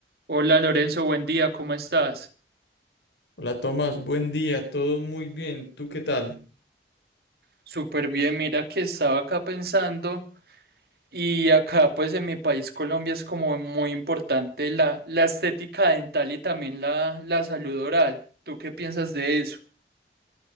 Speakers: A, on the right; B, on the left.
A: Hola Lorenzo, buen día, ¿cómo estás?
B: Hola Tomás, buen día, todo muy bien, ¿tú qué tal?
A: Súper bien, mira que estaba acá pensando y acá pues en mi país Colombia es como muy importante la, la estética dental y también la, la salud oral. ¿Tú qué piensas de eso?